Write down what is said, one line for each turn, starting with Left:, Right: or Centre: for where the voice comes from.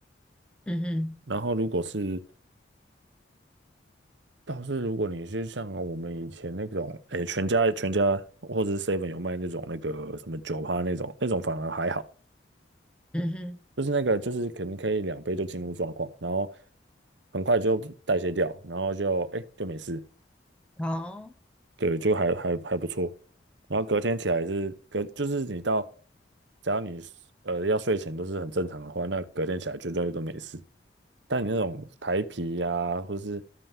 Centre: 嗯哼，
Right: 然后如果是倒是如果你是像我们以前那种，哎，全家全家或者是 Seven 有卖那种那个什么酒趴那种，那种反而还好，
Centre: 嗯
Right: 就是那个就是可能可以两杯就进入状况，然后很快就代谢掉，然后就哎就没事。
Centre: 哼，哦。
Right: 对，就还还还不错。然后隔天起来是隔，就是你到，只要你呃要睡前都是很正常的话，那隔天起来绝对都没事。但你那种台啤呀、或是